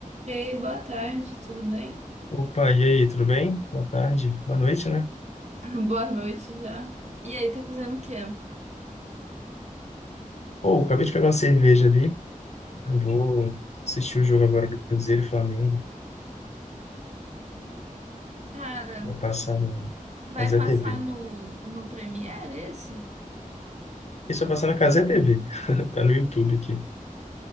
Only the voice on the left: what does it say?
Opa, e aí, tudo bem? Boa tarde, boa noite, né?
Pô, acabei de pegar uma cerveja ali. Eu vou assistir o jogo agora do Cruzeiro e Flamengo.
Vai passar na
Cazé
TV.
Isso vai passar na Cazé TV. <laughs> Tá no YouTube aqui,